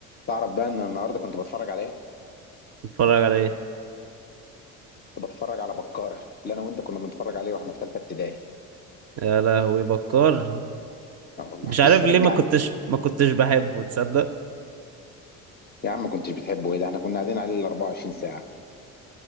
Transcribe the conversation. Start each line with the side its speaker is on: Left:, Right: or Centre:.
Left: تعرف بقى ان النهارده كنت بتفرج على ايه؟
Right: تتفرج على ايه
Left: كنت بتفرج على بكار اللي انا وانت كنا بنتفرج عليه واحنا في ثالثه ابتدائي
Right: يا لهوي بكار
Left: اه والله
Right: مش عارف
Left: بص
Right: ليه
Left: رجعني
Right: ما كنتش ما كنتش بحبه تصدق
Left: يا عم ما كنتش بتحبه ايه ده احنا كنا قاعدين عليه ال 24 ساعه